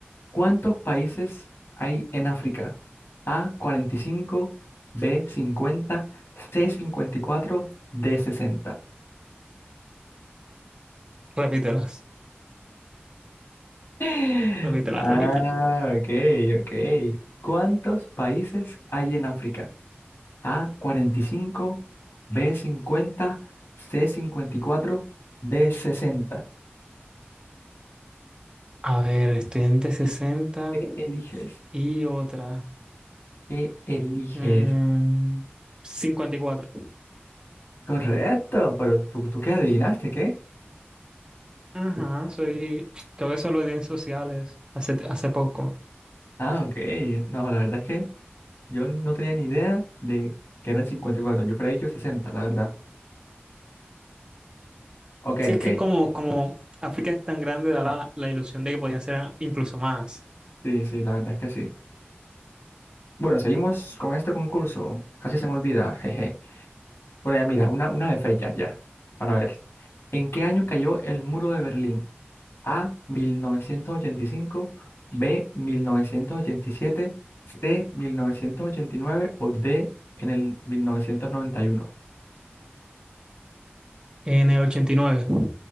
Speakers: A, on the left (about 80°); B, on the right (about 20°).
A: ¿Cuántos países hay en África? A, 45, B, 50, C, 54, D, 60.
B: Repítelas,
A: <laughs>
B: repítelas,
A: Ah,
B: repítelas.
A: ok, ok. ¿Cuántos países hay en África? a cuarenta y cinco b cincuenta c cincuenta y cuatro d sesenta
B: A ver, estudiante 60
A: Elige- ¿Qué eliges?
B: y otra.
A: ¿Qué eliges?
B: Mm, cincuenta y cuatro
A: Correcto, pero ¿tú, tú qué adivinaste? ¿Qué?
B: Ajá, soy, creo que solo di en sociales hace, hace poco.
A: Ah, ok. No, la verdad es que yo no tenía ni idea de que eran cincuenta y cuatro Yo hubiera dicho 60, la verdad. Ok,
B: Sí, es
A: ok.
B: que como, como África es tan grande, da la, la ilusión de que podía ser a- incluso más.
A: Sí, sí, la verdad es que sí. Bueno, seguimos con este concurso. Casi se me olvida, jeje. Bueno, ya mira, una, una de fechas ya, para ver. ¿En qué año cayó el muro de Berlín? A, mil novecientos ochenta y cinco B, mil novecientos ochenta y siete C, mil novecientos ochenta y nueve o D, en el mil novecientos noventa y uno
B: En el 89.